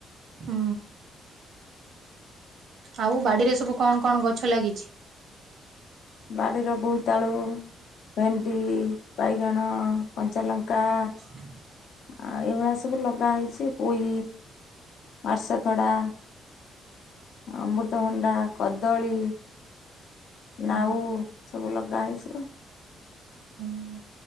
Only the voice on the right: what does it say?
ହୁଁ। ଆଉ ବାଡିରେ ସବୁ କଣ କଣ ଗଛ ଲାଗିଛି?
ହ <unintelligible>
ହୁଁ
ହୁଁ
ହୁଁ ହୁଁ